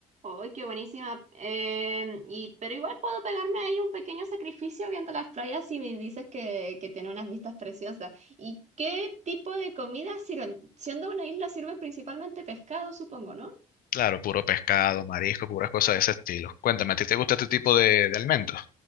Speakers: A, on the right; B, on the left.
A: ¡Ay, qué buenísima! Em, y, pero igual puedo pegarme ahí un pequeño sacrificio viendo las playas si me dices que, que tiene unas vistas preciosas. ¿Y qué tipo de comida sirven? Siendo una isla sirven principalmente pescado, supongo, ¿no?
B: Claro, puro pescado, marisco, puras cosas de ese estilo. Cuéntame, ¿a ti te gusta este tipo de, de alimentos?